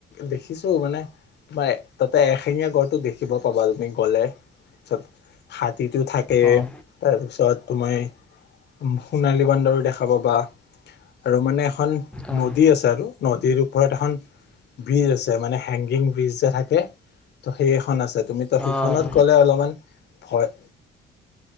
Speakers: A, on the left; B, in the centre.
A: দেখিছো মানে তোমাৰ তাতে এশেঙীয়া গড়টো দেখিব পাবা তুমি গ'লে তাপিছত হাতীটো থাক কে
B: অঁ
A: তাপিছত তোমাই উম সোণালী বান্দৰো দেখা পাবা আৰু মানে এখন
B: অঁ
A: নদী আছে আৰু। নদীৰ ওপৰত এখন ব্ৰিজ আছে মানে হেংগিং ব্ৰিজ যে থাকে ত সেই এখন আছে তুমি সেইখনত
B: অঁ
A: গ'লে অলপমান ভয়